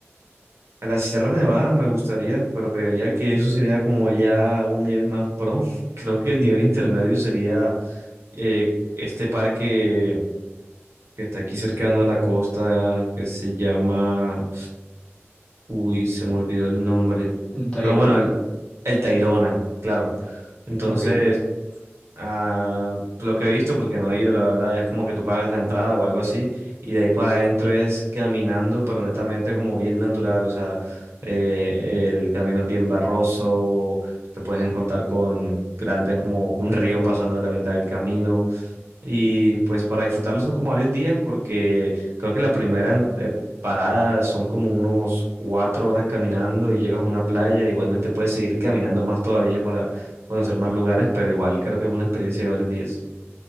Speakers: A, on the right (about 65°); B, on the left (about 20°).
A: A la Sierra Nevada me gustaría, pero creería que eso sería como ya un nivel más pro. <laughs> Creo que el nivel intermedio sería eh, este parque. que está aquí cercano a la costa, que se llama... Uy, se me olvidó el nombre.
B: ¿El Tayrona?
A: Pero bueno, el, el Tayrona, claro. Entonces,
B: Ok,
A: ah, pues, lo que he visto, porque no he ido, la verdad, es como que tú pagas la entrada o algo así, y de ahí para adentro es caminando, pero netamente como bien natural, o sea, eh, el camino es bien barroso, te puedes encontrar con grandes como un río pasando a la mitad del camino. Y pues para disfrutarlo son como varios días porque creo que la primera eh, parada son como unos cuatro horas caminando y llegas a una playa. Igualmente puedes seguir caminando más todavía para conocer más lugares, pero igual creo que es una experiencia de varios días.